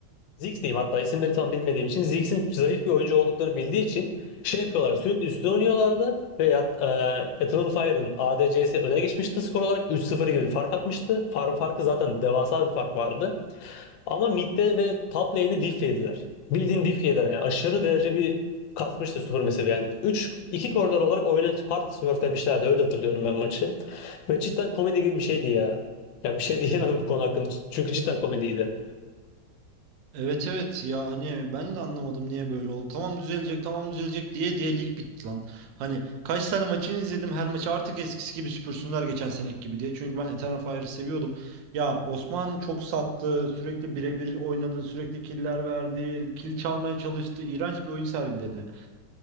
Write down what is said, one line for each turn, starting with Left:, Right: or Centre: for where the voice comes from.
Left: Ziggs diyeyim hatta isimleri tam bilmediğim için Ziggs'in zayıf bir oyuncu olduklarını bildiği için şey yapıyorlar sürekli üstüne oynuyorlardı ve yat- e, Eternal Fire'ın ADC'si öne geçmişti skor olarak 3-0 gibi bir fark atmıştı. Farm farkı zaten devasa bir fark vardı. Ama midde ve top lane'i diff yediler. Bildiğin diff yediler yani aşırı derece bir kasmıştı Super Massive yani. 3 2 koridor olarak oyunu hard smurflemişlerdi öyle hatırlıyorum ben maçı. Ve cidden komedi gibi bir şeydi ya. Yani bir şey diyemem bu konu hakkında çünkü cidden komediydi.
Right: Evet evet ya hani ben de anlamadım niye böyle oldu. Tamam düzelecek tamam düzelecek diye diye lig bitti lan. Hani kaç tane maçını izledim her maçı artık eskisi gibi süpürsünler geçen seneki gibi diye. Çünkü ben Eternal Fire'ı seviyordum. Ya Osman çok sattı sürekli birebir oynadı sürekli killer verdi. Kill çalmaya çalıştı. İğrenç bir oyun sergiledi.